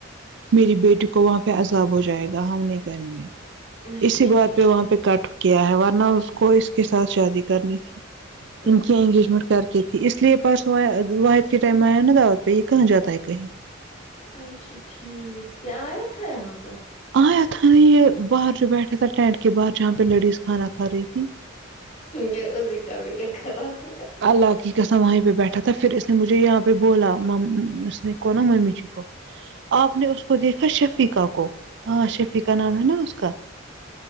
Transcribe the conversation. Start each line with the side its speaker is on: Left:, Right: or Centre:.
Right: میری بیٹی کو وہاں پہ عذاب ہو جائے گا ہم نہیں کریں گے
Left: اچھا
Right: اسی
Left: ٹھیک
Right: بات پہ وہاں پہ کٹ کیا ہے ورنہ اس کو اس کے ساتھ شادی کرنی تھی
Left: اچھا
Right: ان کی انگیجمنٹ
Left: ٹھیک
Right: کر کے کی تھی اس لیے پاس واحد کے ٹائم میں آ نا دعوت پہ یہ کہاں جاتا ہے کہیں
Left: اچھا ٹھیک یہ آیا تھا یہاں پر
Right: آیا تھا نہیں یہ باہر جو بیٹھا تھا ٹینٹ کے باہر جہاں پہ لیڈیز کھانا کھا رہی تھی
Left: یہ ازی کا بھییر کر رہا ہوں گا
Right: اللہ کی قسم ہے وہیں پہ بیٹھا تھا پھر اس نے مجھے یہاں پہ بولا مم اس نے کو نا ممی کو آپ نے اس کو دیکھا شفقا کو ہاں شفقا نام ہے نا اس کا